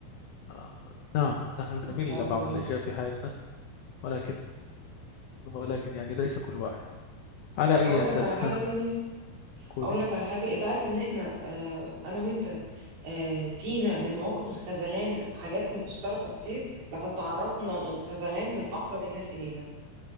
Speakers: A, on the left (about 85°); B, on the right (about 70°).
A: آه، نعم نحن
B: صعب
A: نميل إلى
B: أوي
A: بعض
B: والله
A: الأشياء في حياتنا ولكن ولكن يعني ليس كل واحد على أي
B: هقول
A: أساس
B: لك على حاجة
A: <laughs>
B: تانية
A: قولي
B: اقول لك على حاجه انت عارف ان احنا آه انا وانت آه فينا من مواقف الخذلان حاجات مشتركه كتير لقد تعرضنا للخذلان من اقرب الناس الينا